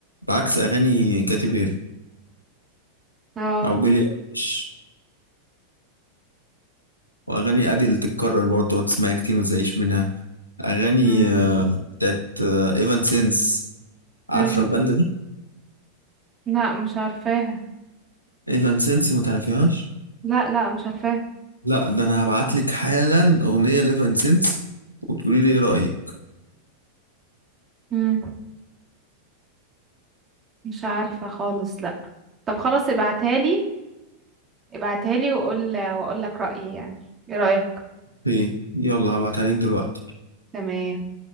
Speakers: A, on the left (about 80°); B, on the right (about 25°).
A: بعكس اغاني كاتي بيري
B: اه
A: او بيلي ايليش واغاني اديل تتكرر برضه تقعد تسمعها كتير ما تزهقش منها اغاني
B: امم
A: آه، بتاعت ايفان سينس عارفه
B: امم
A: الباند ده
B: لا مش عارفاها
A: ايفان سينس ما تعرفيهاش
B: لا لا مش عارفاها
A: لا ده انا هبعت لك حالا اغنيه ليفن سينس وتقولي لي ايه رايك
B: امم مش عارفة خالص لا طب خلاص ابعتها لي ابعتها لي واقول واقول لك رأيي يعني ايه رأيك
A: ايه يلا هبعتها لك دلوقتي
B: تمام